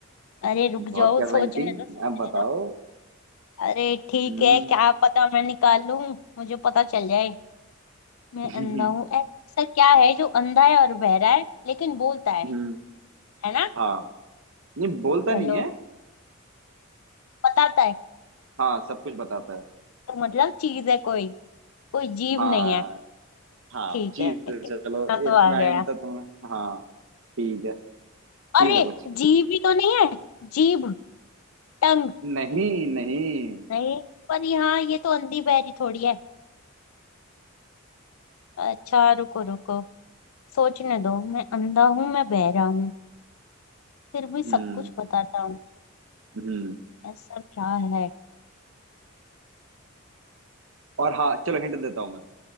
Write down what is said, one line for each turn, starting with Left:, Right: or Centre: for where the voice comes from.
Left: अरे रुक
Right: बहुत
Left: जाओ
Right: कर रही
Left: सोचने
Right: थी
Left: दो सोचने
Right: अब बताओ
Left: दो अरे ठीक
Right: हम्म
Left: है क्या पता मैं निकाल लूं मुझे पता चल जाए मैं
Right: <laughs>
Left: अंधा हूँ ऐसा क्या है जो अंधा है और बहरा है लेकिन बोलता है
Right: हम्म
Left: है ना
Right: हाँ नहीं बोलता
Left: चलो
Right: नहीं है
Left: बताता है
Right: हाँ सब कुछ बताता है
Left: तो मतलब चीज है कोई कोई जीव
Right: हाँ
Left: नहीं है
Right: हाँ
Left: ठीक
Right: चीज
Left: है
Right: है, चलो
Left: इतना तो
Right: इतना
Left: आ गया
Right: हिंट तो तुम हाँ ठीक है चीज
Left: अरे
Right: है कुछ
Left: जीव ही तो नहीं है जीभ टंग
Right: नहीं नहीं
Left: नहीं पर यहाँ ये तो अंधी बहरी थोड़ी है अच्छा रुको रुको सोचने दो मैं अंधा हूँ मैं बहरा हूँ फिर भी
Right: हम्म
Left: सब कुछ बताता हूँ
Right: हम्म
Left: ऐसा क्या है
Right: और हाँ चलो हिंट देता हूँ मैं